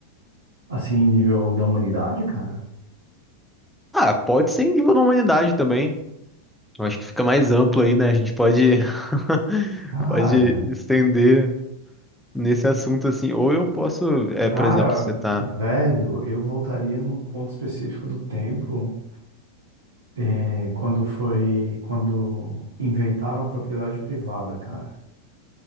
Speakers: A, on the right (about 70°); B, in the centre.
A: assim, nível da humanidade, cara?
B: Ah, pode ser em nível da humanidade também. Eu acho que fica mais amplo aí, né? A gente pode, <laughs>
A: Cara,
B: pode estender. nesse assunto assim, ou eu posso, é,
A: cara,
B: por exemplo, você
A: v-
B: tá,
A: velho, eu voltaria num ponto específico do tempo, eh, quando foi, quando inventaram a propriedade privada, cara.